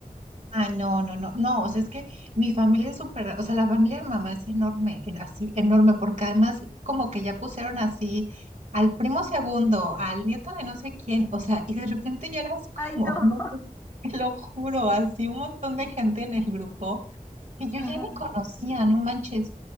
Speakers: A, on the right (about 55°); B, on the left (about 15°).
A: Ah, no, no, no, no, o sea, es que mi familia es súper, o sea, la familia de mi mamá es enorme, en- así, enorme, porque además como que ya pusieron así al primo segundo, al nieto de no sé quién, o sea, y de repente ya era así como,
B: Ay, no.
A: un montón-
B: <laughs>
A: te lo juro, así un montón de gente en el grupo que yo
B: Ajá.
A: ya ni conocía, no manches,